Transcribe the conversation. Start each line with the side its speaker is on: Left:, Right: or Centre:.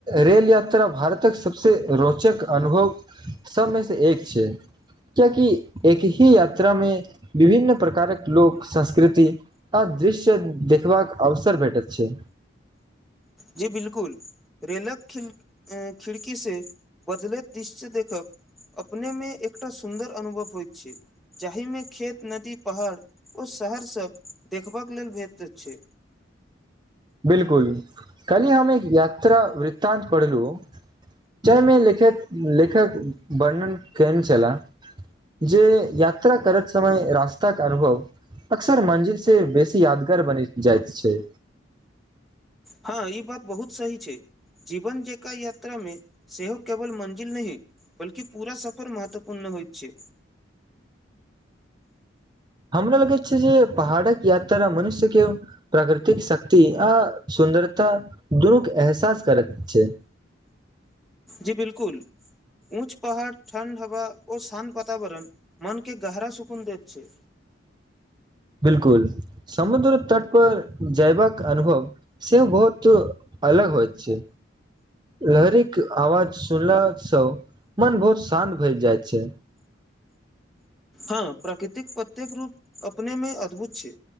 Right: रेल यात्रा भारतक सबसे रोचक अनुभव सब मे से एक छै क्याकि एक ही यात्रा मे विभिन्न प्रकारक लोक संस्कृति आ दृश्य देखबाक अवसर भेटत छै
Centre: जी बिलकुल रेलक खिल खिड़की सँ बदलैत दृश्य देखब अपने मे एकटा सुन्दर अनुभव होइत छै जाहिमे खेत नदी पहाड़ ओ शहरसभ देखबाक लेल भेट छै
Right: बिलकुल कली हम एक यात्रा वृत्त वृतान्त पढलू जयमे लेखक लेखक वर्णन केन छलाह जे यात्रा करत समय रास्ताक अनुभव अक्सर मंजिल से बेसी यादगार बनि जाइत छै
Centre: हँ ई बात बहुत सही छै जीवन जका यात्रा मे सेहो केवल मंजिल नहि बलकि पूरा सफर महत्वपूर्ण होइ छै
Right: <inaudible> हमरा लगैत छै जे पहाड़क यात्रा मनुष्य के प्राकृतिक शक्ति आ स सुन्दरता दुनूके एहसास करैत छै
Centre: जी बिलकुल ऊँच पहाड़ ठण्ड हवा ओ शान्त वातावरण मन के गाहरा सुकुन दैत छै
Right: <inaudible> बिलकुल समुद्र तट पर जयबाक अनुभव सेहो बहुत अलग होइत छै लहरिक आवाज सुनला स मन बहुत शान्त भए जाइत छै
Centre: हँ प्राकृतिक प्रत्येक रूप अपनेमे अद्भुत छै